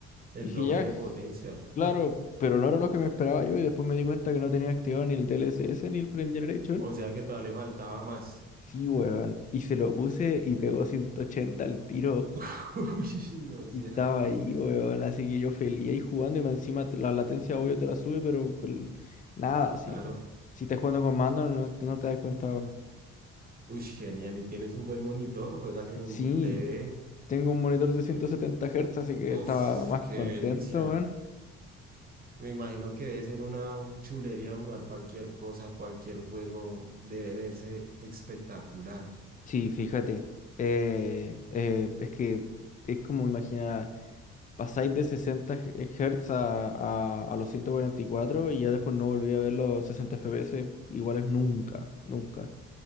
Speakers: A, on the right (about 30°); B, on the left (about 25°).
A: el
B: Y dije,
A: doble
B: ya,
A: de potencia.
B: claro,
A: Ah,
B: pero no era lo que me esperaba yo y después me di cuenta que no tenía activado ni el DLSS ni el Frame Generation.
A: O sea que todavía le faltaba más.
B: Sí, weón. Y se lo puse y pegó 180 al tiro
A: <laughs> Uy, no seas.
B: y estaba ahí, weón. Así que yo feliz ahí jugando y más encima te- la latencia obvio te la sube, pero pues, nada, sí.
A: Claro.
B: Si estás jugando con mando no, te no te das cuenta, weón.
A: Uy, genial. Y tienes un buen monitor, juegas en un
B: Sí,
A: TV.
B: tengo un monitor de 170 Hz, así que
A: Uf,
B: estaba más
A: qué
B: contento,
A: delicia.
B: weón.
A: Me imagino que debe ser una chulería jugar cualquier cosa, cualquier juego. Debe verse espectacular.
B: Sí, fíjate. Eh, eh, es que es como imaginar. pasáis de 60 Hz a, a, a los 144 y cuatro y ya después no volví a ver los 60 FPS iguales nunca, nunca.